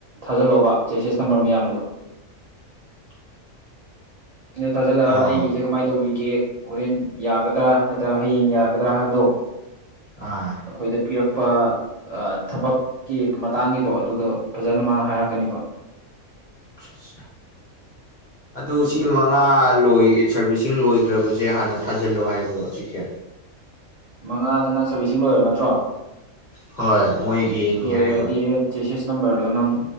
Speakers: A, on the right; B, on the left.
A: ꯊꯥꯖꯤꯜꯂꯣꯕ ꯆꯦꯁꯤꯁ ꯅꯝꯕꯔ ꯃꯌꯥꯝꯗꯣ
B: <inaudible>
A: ꯑꯗꯣ ꯊꯥꯖꯤꯜꯂꯒ
B: ꯑꯥ
A: ꯑꯩꯒꯤꯁꯦ ꯀꯃꯥꯏꯅ ꯇꯧꯔꯤꯒꯦ ꯍꯣꯔꯦꯟ ꯌꯥꯒꯗ꯭ꯔꯥ ꯅꯠꯇ꯭ꯔꯒ ꯍꯌꯦꯡ ꯌꯥꯒꯗ꯭ꯔꯥ ꯍꯥꯏꯕꯗꯣ
B: ꯑꯥ
A: ꯑꯩꯈꯣꯏꯗ ꯄꯤꯔꯛ ꯄ ꯊꯕꯛꯀꯤ ꯃꯇꯥꯡꯒꯤꯗꯣ ꯑꯗꯨꯗꯣ ꯐꯖꯅ ꯃꯥꯅ ꯍꯥꯏꯔꯛꯀꯅꯤꯕ
B: <unintelligible> ꯑꯗꯨ ꯁꯤ ꯃꯉꯥ ꯂꯣꯏ ꯁꯔꯕꯤꯁꯤꯡ ꯂꯣꯏꯈ꯭ꯔꯕꯁꯦ ꯍꯥꯟꯅ ꯊꯥꯖꯤꯜꯂꯣ ꯍꯥꯏꯕ꯭ꯔꯣ ꯁꯤꯁꯦ
A: ꯃꯉꯥꯁꯦ ꯅꯪ ꯁꯥꯔꯕꯤꯁꯤꯡ ꯂꯣꯏꯔꯕ ꯅꯠꯇ꯭ꯔꯣ
B: ꯍꯣꯏ ꯃꯣꯏ ꯌꯦꯡꯉꯤ
A: ꯂꯣꯏꯔꯗꯤ
B: ꯍꯥꯏꯕ
A: ꯆꯦꯁꯤꯁ ꯅꯝꯕꯔꯗꯣ ꯅꯪ